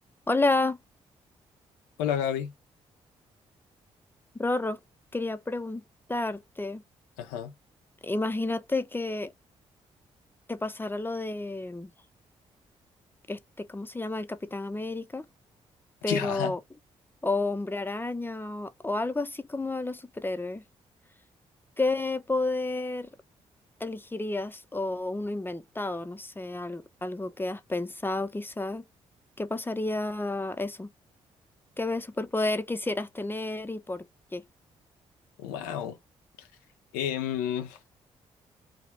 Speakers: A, on the left; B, on the left.
A: Hola,
B: Hola Gaby.
A: Rorro. Quería preguntarte,
B: Ajá.
A: imagínate que te pasara lo de, este, ¿cómo se llama? El Capitán América, pero
B: <laughs> Ya.
A: o Hombre Araña o, o algo así como de los superhéroes. ¿Qué poder elegirías o uno inventado? No sé, algo, algo que has pensado quizá. ¿Qué pasaría eso? ¿Qué superpoder quisieras tener y por qué?
B: Wow. Em,